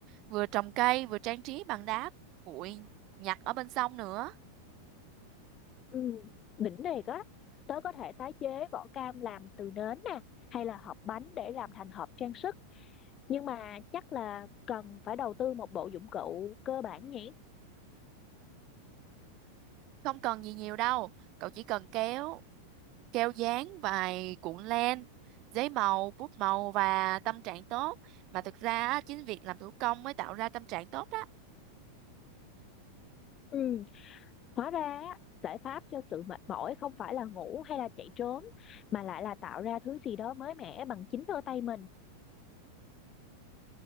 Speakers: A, on the right; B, on the left.
A: vừa trồng cây vừa trang trí bằng đá cuội nhặt ở bên sông nữa
B: Ừ, đỉnh thiệt á. Tớ có thể tái chế vỏ cam làm từ nến nè, hay là hộp bánh để làm thành hộp trang sức. Nhưng mà chắc là cần phải đầu tư một bộ dụng cụ cơ bản nhỉ?
A: không cần gì nhiều đâu cậu chỉ cần kéo keo dán vài cuộn len giấy màu bút màu và tâm trạng tốt mà thực ra á, chính việc làm thủ công mới tạo ra tâm trạng tốt đó
B: Ừ, hóa ra á, giải pháp cho sự mệt mỏi không phải là ngủ hay là chạy trốn, mà lại là tạo ra thứ gì đó mới mẻ bằng chính đôi tay mình.